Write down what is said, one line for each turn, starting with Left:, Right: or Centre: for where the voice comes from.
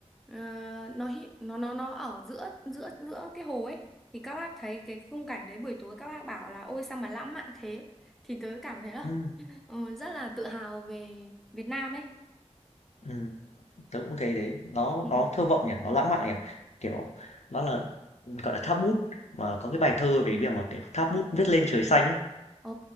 Centre: Ờ, nó hi- nó nó nó ở giữa giữa giữa cái hồ ấy thì các bác thấy cái khung cảnh đấy buổi tối các bác bảo là ôi sao mà lãng mạn thế thì tớ cảm thấy là
Left: Ừm,
Centre: Ờ, rất là tự hào về Việt Nam ấy.
Left: ừm, tớ cũng thấy thế, nó
Centre: Ừ.
Left: nó thơ vọng nhỉ, nó lãng mạn nhỉ, kiểu, nó là, gọi là, tháp bút, mà có cái bài thơ về việc mà, kiểu, tháp bút viết lên trời xanh ấy,
Centre: Ồ,